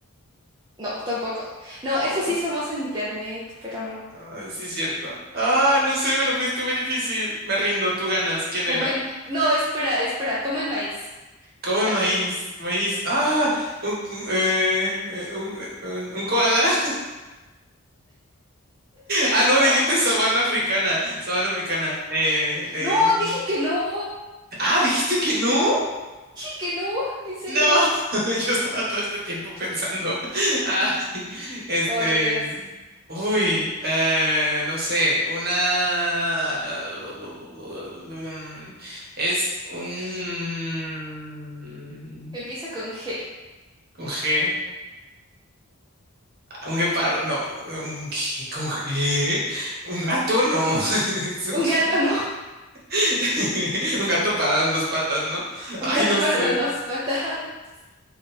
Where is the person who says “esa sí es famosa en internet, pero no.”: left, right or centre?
Right